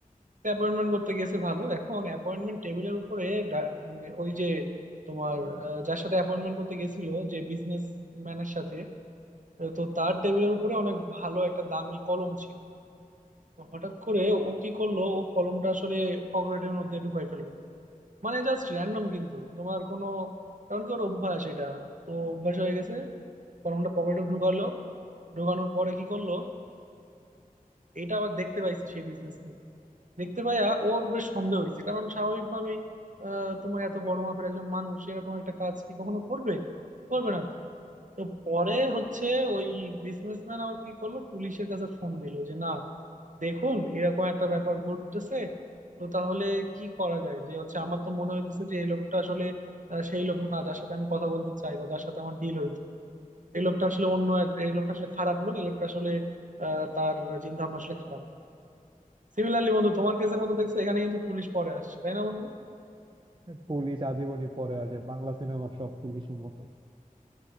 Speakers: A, on the right; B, on the right.
A: অ্যাপয়েন্টমেন্ট করতে গেছে ভালো এখন অ্যাপয়েন্টমেন্ট টেবিলের উপরে ডা- মানে ওই যে তোমার আহ, যার সাথে অ্যাপয়েন্টমেন্ট করতে গেছিল যে বিজনেস ম্যানের সাথে তো তার টেবিলের উপরে অনেক ভালো একটা দামি কলম ছিল তো হঠাৎ করে ও কি করলো ও কলমটা আসলে পকেটের মধ্যে ঢুকাই ফেললো মানে জাস্ট র্যান্ডম কিন্তু তোমার কোনো কারণ কি ওর অভ্যাস এটা তো অভ্যাস হয়ে গেছে কলমটা পকেটে ঢুকালো ঢুকানোর পরে কি করলো এটা আবার দেখতে পাইছে সেই বিজনেস দেখতে পাইয়া ওর বেশ সন্দেহ হয়েছে কারণ স্বাভাবিকভাবেই আহ, তোমার এত বড় মাপের একজন মানুষ এরকম একটা কাজ কি কখনো করবে করবে না তো তো পরে হচ্ছে ওই বিজনেসম্যান আবার কি করলো পুলিশের কাছে ফোন দিল যে না দেখুন এরকম একটা ব্যাপার ঘটতেছে তো তাহলে কি করা যায় যে হচ্ছে আমার তো মনে হইতেছে যে এই লোকটা আসলে আহ, সেই লোক না যার সাথে আমি কথা বলতে চাই বা যার সাথে আমার ডিল হইতো এই লোকটা আসলে অন্য এক এই লোকটা আসলে খারাপ লোক এই লোকটা আসলে আহ, তার চিন্তা ভাবনা আসলে খারাপ সিমিলারলি বন্ধু তোমার কেসের মতো দেখছো এখানে কিন্তু পুলিশ পরে আসছে তাই না বন্ধু
B: পুলিশ আজীবনই পরে আসে বাংলা সিনেমার সব পুলিশের মতো